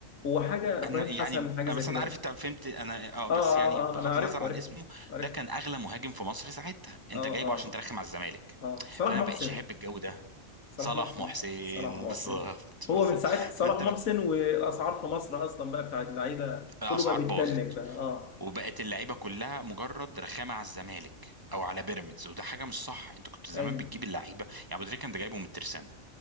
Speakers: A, on the left (about 90°); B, on the right (about 15°).
A: هو حاجه ابراهيم
B: انا يعني
A: حسن حاجه
B: بس
A: زي كده
B: انا عارف انت فهمت انا اه بس
A: اه اه
B: يعني بغض
A: اه انا عرفته
B: النظر عن
A: عرفته
B: اسمه
A: عرفته
B: ده كان اغلى مهاجم في مصر ساعتها انت
A: اه
B: جايبه عشان
A: اه
B: ترخم على الزمالك
A: اه صلاح
B: فانا
A: محسن
B: ما بقتش احب الجو ده
A: صلاح
B: صلاح
A: محسن
B: محسن
A: صلاح محسن
B: بالظبط
A: هو
B: بالظبط
A: من ساعه صلاح
B: فانت بت-
A: محسن والاسعار في مصر اصلا بقى بتاع اللعيبه
B: الاسعار
A: كله بقى بيتدنك
B: باظت
A: بقى اه
B: وبقت اللعيبه كلها مجرد رخامه على الزمالك او على بيراميدز وده حاجه مش صح انت كنت زمان
A: ايوه
B: بتجيب اللعيبه يعني ابو تريكه انت جايبه من الترسانه